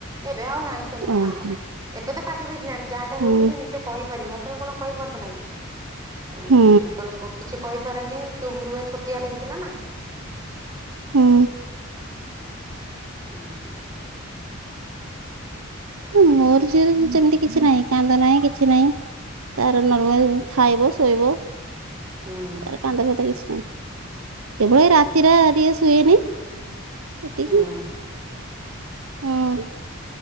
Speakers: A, on the right; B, on the right.
A: ଏବେ ଆଉ ନାହିଁ ସେମିତି
B: ଓହୋ
A: କାନ୍ଦ। ଏବେ ତ ପାଟି ଫିଟିଲାଣି ଯାହାଟେ
B: ହୁଁ
A: ହଉଛି ସେ ନିଜେ କହିପାରିବ, ହେତେଳେ କଣ କହିପାରୁଥିଲା କି ଅ
B: ହୁଁ
A: ହେତେବେଳେ କଣ କିଛି କହିପାରେନି। ଚୁପ୍ ରୁହେ ଛୋଟିଆଟେ ହେଇଥିଲାନା।
B: ହୁଁ।
A: ହୁଁ
B: ଉଁ ମୋର ଝିଅରେ ସେମିତି କିଛି ନାହିଁ କାନ୍ଦ ନାହିଁ କିଛି ନାହିଁ। ତାର ନର୍ମାଲ ଖାଇବ ଶୋଇବ
A: ହୁଁ
B: ତାର କାନ୍ଦ ଫନ୍ଦ କିଛି ନାହିଁ। କେବଳ ଏଇ ରାତିଟା ଟିକେ ଶୁଏନି ଏତିକି।
A: ହୁଁ
B: ହୁଁ।